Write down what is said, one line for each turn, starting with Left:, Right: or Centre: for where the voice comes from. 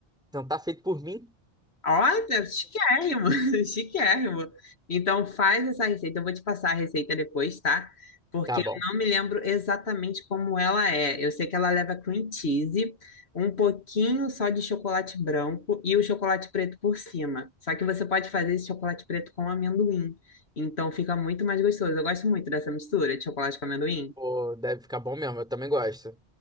Centre: não tá feito por mim?
Left: Olha, chiquérrimo, <laughs> chiquérrimo. Então faz essa receita, eu vou te passar a receita depois, tá? Porque
Centre: Tá bom.
Left: eu não me lembro exatamente como ela é. Eu sei que ela leva cream cheese, um pouquinho só de chocolate branco e o chocolate preto por cima. Só que você pode fazer esse chocolate preto com amendoim. Então fica muito mais gostoso. Eu gosto muito dessa mistura de chocolate com amendoim.
Centre: Pô, deve ficar bom mesmo. Eu também gosto.